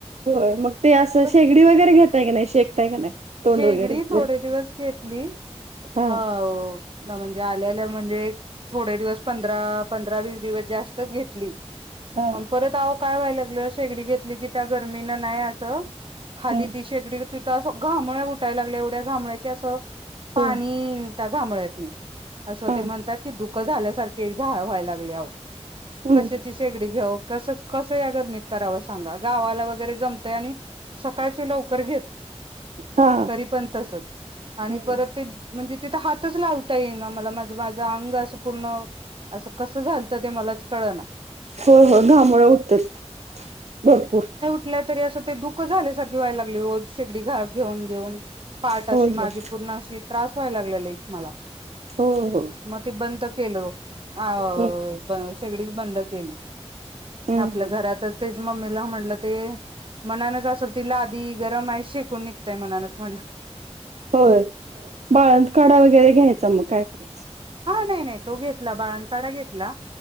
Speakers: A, on the right; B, on the right.
A: होय मग ते असं
B: पण
A: शेगडी वगैरे घेतताय कनी शेकताय का नाही. तोंड
B: शेगडी
A: वगैरे
B: थोडे
A: गर
B: दिवस घेतली
A: हा
B: अ हो म्हणजे आल्याल्या म्हणजे. थोडे दिवस पंधरा पंधरा वीस दिवस जास्तच घेतली.
A: हा
B: परत आव काय व्हायला लागल शेगडी घेतली की त्या गरमीनं नाही असं. खाली
A: हा
B: ति शेकडी तिथ घामळ घुठायला लागल्या एवढ्या घामळ्या ते असं पाणी
A: ह
B: त्या घामोळ्यातनी असं
A: हा
B: ते म्हणतात की दुःख झाल्यासारख. झा व्हाय लागल
A: हम्म
B: कशाची शेगडी घायव. कस कस या गरमीत करावं सांगा गावाला वगैरे जमतंय आणि सकाळची लवकर
A: हा
B: तरी पण तसच आणि
A: हम्म
B: परत ते. म्हणजे तिथे हातच लावता येई ना मला मा माझं अंग असं पूर्ण असं कसं झालतं ते मलाच कळ ना.
A: हो हो घामोळ उठत्यात भरपूर.
B: कुठल्या तरी अस ते दुःख झाल्यासारखी व्हाय लागलय ओ रोज शेगडी घेऊन घेऊन पाठ अशी
A: होय
B: माझी
A: होय
B: पूर्ण अशी त्रास व्हायला लागला लयच मला,
A: हो हो,
B: मग ते बंद केलं अ
A: हम्म
B: ब शेगडीच बंद केली.
A: हम्म
B: आपल्या घरातच तेच मम्मीला म्हटलं, ते मनानच असल तिला लादि गरम आहे शेकून निघत्या. ते मनानच म्हटलं,
A: होय. बाळंत काढा वगैरे घ्यायचा मग काय करायचं.
B: हा नाही नाही. तो घेतला बाळंत काढा घेतला